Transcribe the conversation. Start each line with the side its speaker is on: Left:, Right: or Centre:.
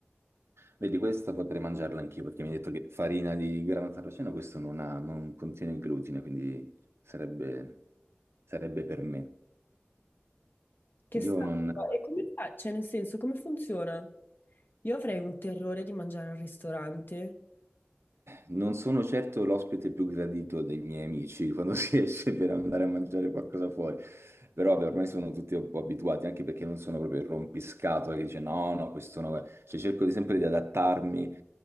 Right: Vedi, questa potrei mangiarla anch'io perché mi hai detto che farina di grano saraceno, questo non ha, non contiene glutine, quindi sarebbe, sarebbe per me.
Left: Che strano.
Right: Io non,
Left: E come fa? Cioè, nel senso, come funziona? Io avrei un terrore di mangiare al ristorante.
Right: non sono certo l'ospite più gradito dei miei amici quando <laughs> si esce per andare a mangiare qualcosa fuori, però vabbè, ormai sono tutti un po' abituati, anche perché non sono proprio il rompiscatole che dice no, no, questo no. Cioè, cerco di sempre di adattarmi.